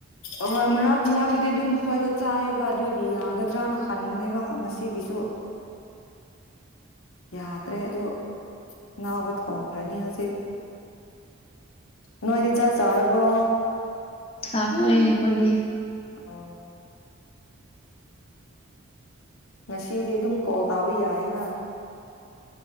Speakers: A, on the left; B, on the left.
A: ꯑꯍꯣꯏ ꯃꯔꯛ ꯃꯔꯥꯛꯀꯤꯗꯤ ꯑꯗꯨꯝ ꯃꯈꯣꯏꯗꯣ ꯆꯥꯏꯑꯕ ꯑꯗꯨꯒꯤ ꯌꯥꯒꯗ꯭ꯔꯅ ꯈꯟꯕꯅꯦꯕ ꯉꯁꯤꯒꯤꯁꯨ ꯌꯥꯗ꯭ꯔꯦ ꯑꯗꯨ ꯅꯥꯎꯕ ꯊꯣꯡꯈ꯭ꯔꯅꯤ ꯍꯧꯖꯤꯛ ꯅꯣꯏꯗꯤ
B: ꯀ
A: ꯆꯥꯛ ꯆꯥꯔꯕ꯭ꯔꯣ
B: ꯆꯥꯛꯈ꯭ꯔꯦ ꯑꯩꯈꯣꯏꯗꯤ
A: ꯑꯣ ꯉꯁꯤꯗꯤ ꯑꯗꯨꯝ ꯀꯣꯜ ꯇꯥꯕ ꯌꯥꯏ ꯑꯩꯅ